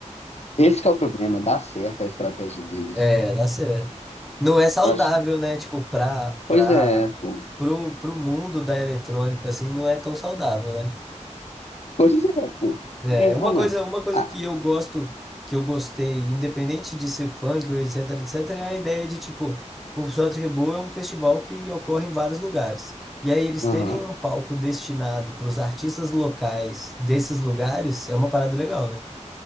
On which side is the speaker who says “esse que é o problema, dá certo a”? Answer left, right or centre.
Left